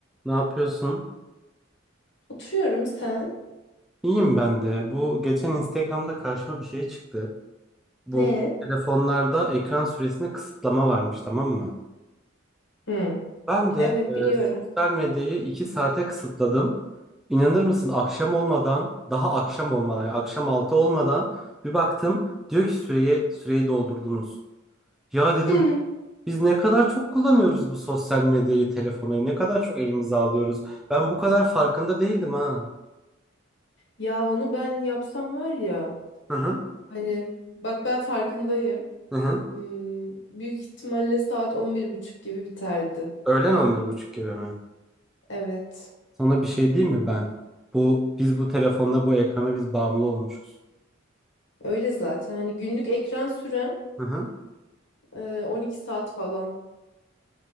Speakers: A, in the centre; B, on the left.
A: Ne yapıyorsun?
B: Oturuyorum sen.
A: İyiyim ben de. Bu geçen Instagram'da karşıma bir şey çıktı. Bu
B: Ne?
A: telefonlarda ekran süresine kısıtlama varmış, tamam mı?
B: Hı.
A: Ben de
B: Evet biliyorum.
A: e, sosyal medyayı 2 saate kısıtladım. İnanır mısın? Akşam olmadan, daha akşam olmadan, yani akşam 6 olmadan bir baktım diyor ki süreye süreyi doldurdunuz. Ya
B: Hı.
A: dedim biz ne kadar çok kullanıyoruz bu sosyal medyayı, telefonu, ne kadar çok elimize alıyoruz. Ben bu kadar farkında değildim ha.
B: Ya onu ben yapsam var ya.
A: Hı hı.
B: Hani bak ben farkındayım.
A: Hı hı.
B: Hmm, büyük ihtimalle saat on bir buçuk gibi biterdi.
A: Öğlen on bir buçuk gibi mi?
B: Evet.
A: Sana bir şey diyeyim mi ben? Bu biz bu telefonla bu ekrana biz bağımlı olmuşuz.
B: Öyle zaten. Hani günlük ekran sürem
A: Hı hı.
B: e, 12 saat falan.